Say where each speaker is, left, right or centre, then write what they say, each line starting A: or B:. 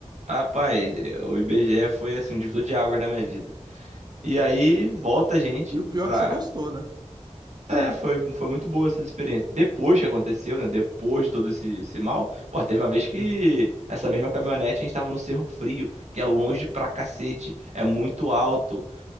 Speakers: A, on the right; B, on the right.
A: rapaz, o IBGE foi assim um divisor de águas na minha vida. E aí volta a gente
B: E o pior
A: pra
B: é que você gostou, né?
A: É, foi, foi muito boa essa experiência. Depois que aconteceu, né? Depois de todo esse, esse mal, pô, teve uma vez que
B: Hum.
A: essa mesma caminhonete a gente tava no Cerro Frio, que é longe pra cacete, é muito alto.